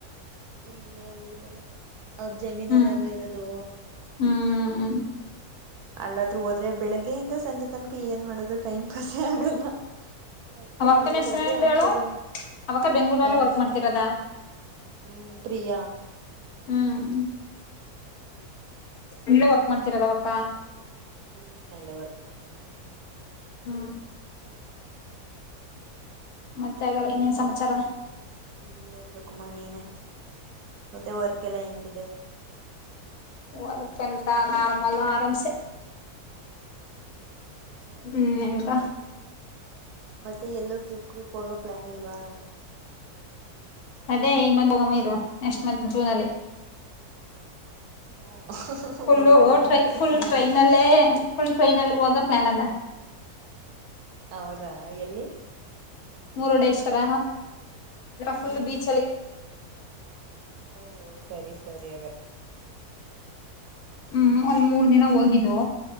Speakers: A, on the right (about 75°); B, on the left (about 75°).
A: ಇಲ್ಲೇ ಊರಲ್ಲ ಅವ್ರ ಜಮೀನಲ್ಲ
B: ಹ್ಮ್
A: ಅಲ್ವ ಇರೋದು
B: ಹ್ಮ್
A: ಅಲ್ಲಾದ್ರೂ ಹೋದ್ರೆ ಬೆಳಗ್ಗೆಯಿಂದ ಸಂಜೆ ತನಕ ಏನ್ ಮಾಡದು ಟೈಮ್ ಪಾಸೇ ಆಗಲ್ಲ ಅದ್ಕ
B: ಅವಕ್ಕನ
A: ಅಲ್ಲಿಗ್
B: ಹೆಸರ
A: ಹೋದ್ರೆ
B: ಅಂತ
A: ಒಂಚೂರು
B: ಹೇಳು ಅವಕ್ಕ ಬೆಂಗ್ಳೂರಲ್ಲೇ
A: ಯಾರ
B: ವರ್ಕ್
A: ಹೆಸರು
B: ಮಾಡ್ತಿರದ
A: ಹ್ಮ್ ಪ್ರಿಯಾ
B: ಹ್ಮ್ ಹ್ಮ್
A: ಹ್ಮ್
B: ಎಲ್ಲೇ ವರ್ಕ್ ಮಾಡ್ತಿರದ ಅವಕ್ಕ
A: ಹ್ಮ್ ಅಲ್ಲೇ ವರ್ಕ್ ಮಾಡ್ತಿರೋದು
B: ಹ್ಮ್ ಮತ್ತೆ ಆಗಲ್ಲ ಇನ್ನೇನ್ ಸಮಾಚಾರ
A: ಹ ಹೇಳ್ಬೇಕುಮ್ಮ ನೀನೆ ಮತ್ತೆ ವರ್ಕ್ ಎಲ್ಲಾ ಹೆಂಗಿದೆ
B: ವರ್ಕ್ ಎಂತ ನಾರ್ಮಲ್ ಆರಾಮ್ಸೆ
A: ಹ್ಮ್ ಸರಿ
B: ಹ್ಮ್
A: ಮತ್ತೆ
B: ಎನಕ
A: ಮತ್ತೆ ಎಲ್ಲೂ ಟ್ರಿಪ್ ಗಿಪ್ ಹೋಗೋ ಪ್ಲಾನ್ ಇಲ್ವಾ
B: ಅದೇ ಈ ಮಂತ್ ಹೋಗಮ್ಮ ಇರು ನೆಕ್ಸ್ಟ್ ಮಂತ್ ಜೂನ್ ಅಲ್ಲಿ
A: ಹ್ಮ
B: ಫುಲ್ಲ
A: ಹೋಗೋಣ
B: ಟ್ರೈ
A: ನೋಡ್ಕೊತೀನಿ
B: ಫುಲ್ ಟ್ರೈನಲ್ಲೇ
A: ಬಿಡು
B: ಫುಲ್ ಟ್ರೈನ್ಲ್ಲಿ ಹೋಗ ಪ್ಲಾನ್ ಅದ
A: ಹೌದಾ ಎಲ್ಲಿ
B: ಮುರುಡೇಶ್ವರ ಫುಲ್
A: ಹ
B: ಬೀಚಲ್ಲಿ
A: ಓ ಸರಿ ಸರಿ ಹಾಗಾದ್ರೆ
B: ಹ್ಮ್ ಒಂದ್ ಮೂರ್ ದಿನ ಹೋಗಿದ್ದು